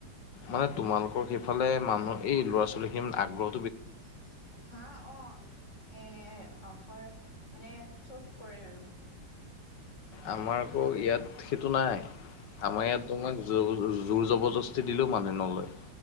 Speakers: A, on the left; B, on the left.
A: মানে তোমালোকৰ সেইফালে মানুহৰ এই ল'ৰা ছোৱালীখিনি আগ্ৰহ
B: <unintelligible> হা অ', এনেৰ অসৰ মানে চব কৰে আৰু।
A: আমাৰ আকৌ ইয়াত সেইটো নাই। আমাৰ ইয়াত তোমাক জোৰ-জোৰ জবৰদস্তি দিলেও মানুহে নলয়।